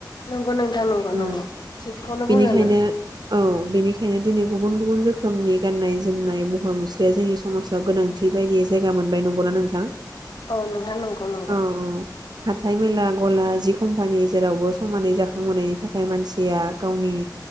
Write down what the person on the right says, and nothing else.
उम
बेनिखायनो
औ औ बेनिखायनो दिनै गुबुन गुबुन रोखोमनि गाननाय जोमनाय महर मुस्रिया जोंनि समाजाव गोनांथि बायदि जायगा मोनबाय नंगौना नोंथां
अ अ हाथाय मेला गला जिख कम्पानि जेरावबो समानै जाखांबोनायनि थाखाय मानसि या गावनि